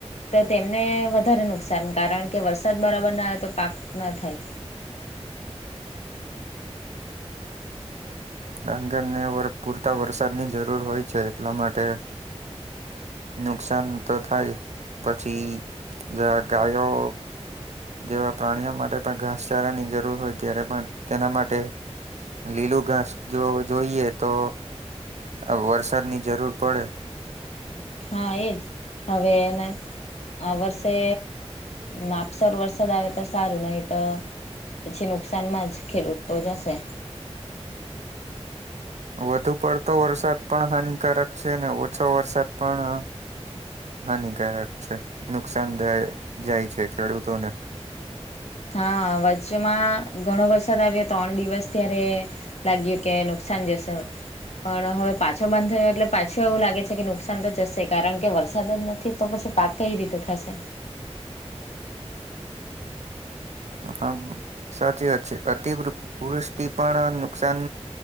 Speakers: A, on the left; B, on the right.
A: તો તેમને વધારે નુકસાન કારણ કે વરસાદ બરાબર ના આવે તો પાક ના થાય.
B: ડાંગર ને વર પૂરતા વરસાદની જરૂર હોય છે એટલા માટે. નુકસાન તો થાય પછી જ ગાયો. જેવા પ્રાણીઓ માટે પણ ઘાસચારાની જરૂર હોય ત્યારે પણ તેના માટે. લીલું ઘાસ જો જોઈએ તો આ વરસાદ ની જરૂર પડે
A: હા, એજ હવેના આ વર્ષે, માપસર વર્ષે. તો સારું નહી તો, પછી નુકસાનમાં જ ખેડૂત તો જશે.
B: વધુ પડતો વરસાદ પણ હાનિકારક છે અને ઓછો વરસાદ પણ હાનિકારક છે નુકસાન દાય જાય છે ખેડૂતોને.
A: હા વચ્ચમાં ઘણો વરસાદ આવ્યો ત્રણ દિવસ ત્યારે. લાગ્યું કે નુકસાન જશે. પણ હવે પાછો બંધ થયો એટલે પાછું એવું લાગે છે કે નુકસાન તો જશે કારણ કે વરસાદ જ નથી તો પછી. પાક કઈ રીતે થશે?
B: હમ્મ, સાચી વાત છે, અતિ વૃ વૃષ્ટિ પણ નુકસાન